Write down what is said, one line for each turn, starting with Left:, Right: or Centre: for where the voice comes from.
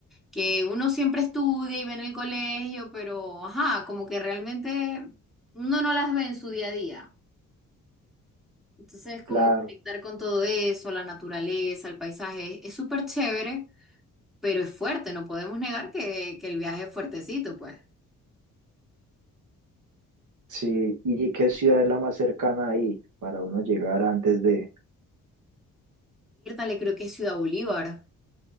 Centre: que uno siempre estudia y ve en el colegio, pero ajá, como que realmente uno no las ve en su día a día. Entonces, como
Right: Claro,
Centre: conectar con todo eso, la naturaleza, el paisaje, es súper chévere, pero es fuerte, no podemos negar que, que el viaje es fuertecito, pues.
Right: sí. ¿Y qué ciudad es la más cercana ahí para uno llegar antes de?
Centre: le creo que es Ciudad Bolívar,